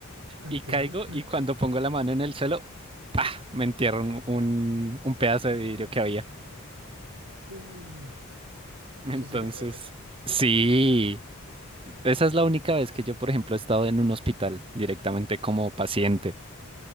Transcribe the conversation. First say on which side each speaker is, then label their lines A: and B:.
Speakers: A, on the right; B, on the right.
A: y
B: ok.
A: caigo
B: <laughs>
A: y cuando pongo la mano en el suelo, ¡pah! me entierro un, un un pedazo de vidrio que había.
B: Uh, eso
A: Entonces,
B: sí que duele.
A: sí, esa es la única vez que yo, por ejemplo, he estado en un hospital directamente como paciente.